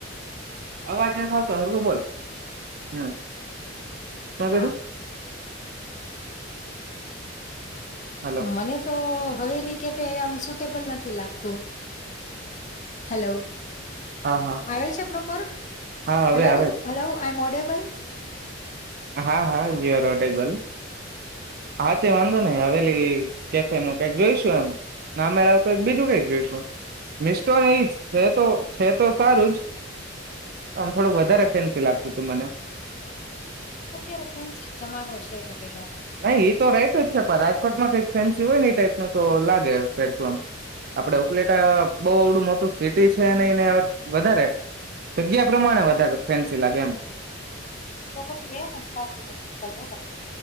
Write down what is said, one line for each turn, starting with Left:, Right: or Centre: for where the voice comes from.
Right: અવાજ નથી આવતો હરખુ બોલ હમ તો કધું
Left: હા
Right: હલો
Left: મને તો હવેલી કે ફે આમ સુ તુબલ નથી લાગતું હલો
Right: હા હા
Left: આવે પ્રોપર
Right: હા હવે
Left: હલો
Right: આવે
Left: હલો <unintelligible> બલ.
Right: હા હા વ્યારાટેબલ હા તે વાંધો નહિ હવેલી કેફ ન ક જોઈશું એમ ના મેળ તો બીજું કઈક જોઈશું મિસ્ટોનેજ તો છે તો સારું જ થોડું વધારે ફેન્સી લાગતું તું મને.
Left: અત્યારે ફેન્સી જમાનો છે ને મિલા.
Right: નઈ એ તો રાઈટ જ છે પણ રાજકોટમાં કઈક ફેન્સી હોય ને ટાઈપ ન તો લાગે ફેરફમ આપડે ઉપલેટા બહુડું મોટું સિટી છે એને વધારે તો ગ્યા પ્રમાણે વધાગત ફેન્સી લાગે એમ.
Left: તો પછી એમ સાધું નસીબ વધારે.